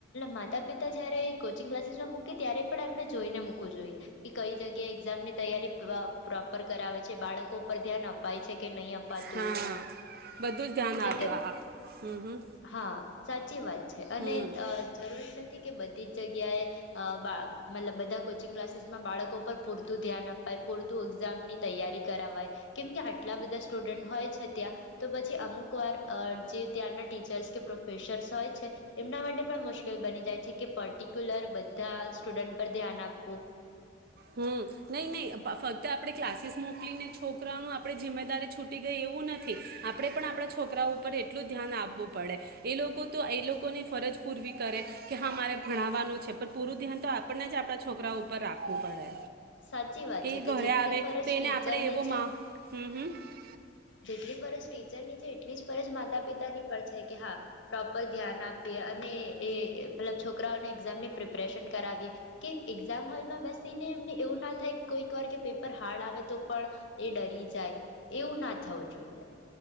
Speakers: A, on the left; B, on the right.
A: મતલબ માતા પિતા જ્યારે કોચિંગ ક્લાસીસ માં મૂકે ત્યારે પણ એમને જોઈને મૂકવું જોઈએ. કે કઈ જગ્યા એક્ઝામ ની તૈયારી પ્રોપર કરાવે બાળકો પર ધ્યાન અપાય છે કે નહી અપાતું,
B: હા બધું જ ધ્યાન
A: કેમ
B: આપ્યું
A: કે
B: આ હમ હમ
A: હા સાચી વાત છે અને
B: હમ
A: જરૂરી નથી કે બધી જ જગ્યાએ મતલબ બધા કોચિંગ ક્લાસ ક્લાસીસમાં બાળકો પર પૂરતું ધ્યાન અપાય, પૂરતું એક્ઝામની તૈયારી કરાય કેમકે આટલા બધા સ્ટુડન્ટ હોય છે, ત્યાં તો પછી અમુક વાર જે ત્યાંના ટીચર્સ કે પ્રોફેસર્સ હોય છે, એમના માટે પણ મુશ્કેલ બની જાય છે કે પર્ટિક્યુલર બધા સ્ટુડન્ટ પર ધ્યાન આપવું. <inaudible>
B: હમ નહીં નહીં ફક્ત આપણે ક્લાસીસ મોકલીને છોકરાઓનું આપણે જિમ્મેદારી છૂટી ગઈ એવું નથી. આપણે પણ આપણા છોકરાઓ ઉપર એટલું ધ્યાન આપવું પડે. એ લોકો તો એ લોકોની ફરજ પૂરવી કરે કે હા મારે ભણાવવાનું છે. પણ પૂરું ધ્યાન તો આપણને જ આપણા છોકરાઓ ઉપર રાખવું પડે.
A: સાચી વાત છે
B: એ
A: કે
B: ઘરે
A: જેટલી
B: આવે
A: ફરજ
B: તો
A: ટીચરની
B: એને આપણે એવો
A: છે
B: મા હમ હમ
A: જેટલી ફરજ ટીચરની છે એટલી જ ફરજ માતા પિતાની પણ છે કે હા પ્રોપર ધ્યાન આપ પીએ અને એ પેલા છોકરાઓને એક્ઝામની પ્રિપરેશન કરાવીએ કે એક્ઝામ હોલમાં બેસીને એમને એવું ના થાય કોઈક વાર કે પેપર હાર્ડ આવે તો પણ એ ડરી જાય એવું ના થવું જોઈએ.